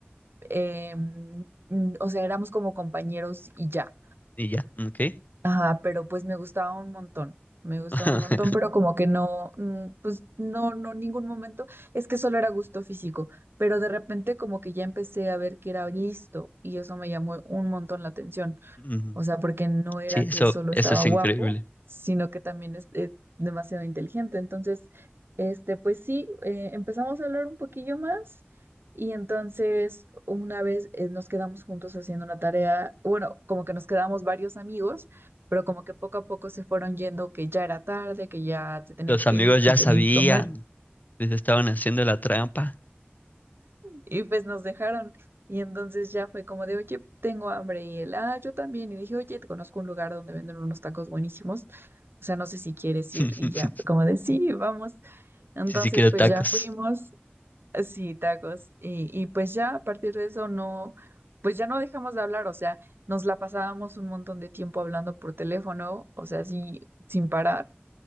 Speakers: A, on the right (about 65°); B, on the left (about 45°).
A: em, mm, o sea, éramos como compañeros y ya.
B: Y ya, ok.
A: Ajá, pero pues me gustaba un montón, me gustaba
B: <laughs>
A: un montón, pero como que no, mm, pues no, no, ningún momento, es que solo era gusto físico, pero de repente como que ya empecé a ver que era listo y eso me llamó un montón la atención.
B: Ujú.
A: O sea, porque no era
B: Sí, eso,
A: que solo
B: eso
A: estaba
B: es
A: guapo,
B: increíble.
A: sino que también es, eh, demasiado inteligente. Entonces, este, pues sí, eh, empezamos a hablar un poquillo más y entonces una vez eh, nos quedamos juntos haciendo una tarea, bueno, como que nos quedamos varios amigos, pero como que poco a poco se fueron yendo que ya era tarde, que ya se tenían
B: Los
A: que
B: amigos
A: ir, que
B: ya
A: tenían
B: sabían,
A: que comer.
B: les estaban haciendo la trampa.
A: Y pues nos dejaron. Y entonces ya fue como de, oye, tengo hambre. Y él, ah, yo también. Y dije, oye, te conozco un lugar donde venden unos tacos buenísimos. O sea, no sé si quieres
B: <laughs>
A: ir. Y ya fue como de, sí, vamos. Entonces,
B: Sí, sí quiero
A: pues
B: tacos.
A: ya fuimos. Sí, tacos. Y, y pues ya a partir de eso no, pues ya no dejamos de hablar. O sea, nos la pasábamos un montón de tiempo hablando por teléfono. O sea, sí sin parar.